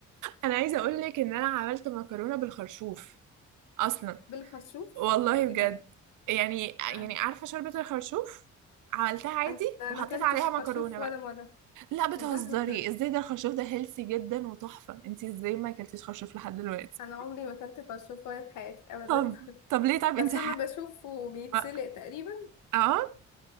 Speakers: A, on the right; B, on the left.
A: انا عايزة اقولك ان انا عملت مكرونة بالخرشوف اصلا
B: بالخرشوف
A: والله بجد
B: ايه ده
A: يعني
B: يعني
A: يعني عارفة شوربة الخرشوف عملتها عادي
B: انا أنا
A: وحطيت
B: ما اكلتش
A: عليها
B: خرشوف
A: مكرونة
B: ولا
A: بقى
B: مره
A: لا بتهزري
B: ايه ده <laughs>
A: ازاي ده الخرشوف ده هيلثي جدا وتحفة انتي ازاي ما اكلتيش خرشوف لحد دلوقتي
B: انا عمري ما اكلت خرشوف ولا في حياتي ابدا
A: طب
B: <laughs>
A: طب ليه طب
B: بس
A: انتي
B: انا
A: ح...
B: بشوفه بيتسلق
A: ما-
B: تقريبا
A: اه